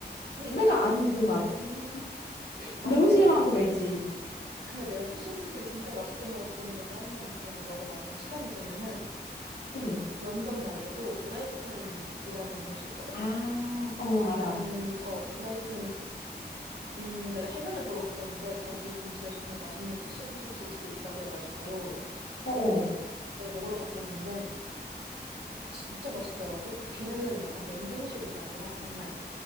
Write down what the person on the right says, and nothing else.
<laughs>
맞아,
맞아.
근데 내가 피쉬앤칩스를 진짜 맛있게 먹었던 적이 한 번 있었는데, 너가 만약에 시간이 되면은,
런던 말고도 브라이튼이라는 곳이 있거든?
주변,
어, 브라이튼, 음, 내가 해변을 보러 갔었는데, 거기 근처에 정말 맛있는 피쉬앤칩스 집이 있다고 해가지고,
내가 먹으러 갔었는데, 진짜 맛있더라고. 걔네는 약간 냉동실 이게 아니라, 정말